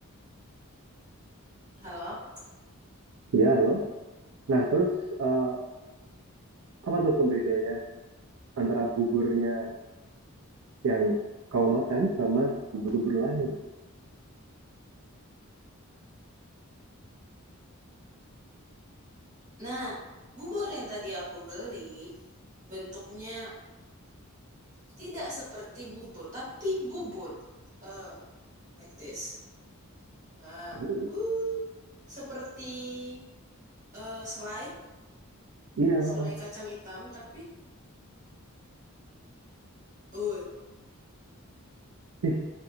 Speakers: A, on the right (about 35°); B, on the right (about 70°).
A: halo
B: Ya, halo? Nah, terus, eee, apa tuh pembedanya antara buburnya yang kau makan sama bubur-bubur lain?
A: nah bubur yang tadi aku beli bentuknya Tidak seperti bubur, tapi bubur. Eh, like this. Ah,
B: Oh.
A: uh, seperti eh, selai,
B: Iya, heeh.
A: selai kacang hitam, tapi uh,
B: Ih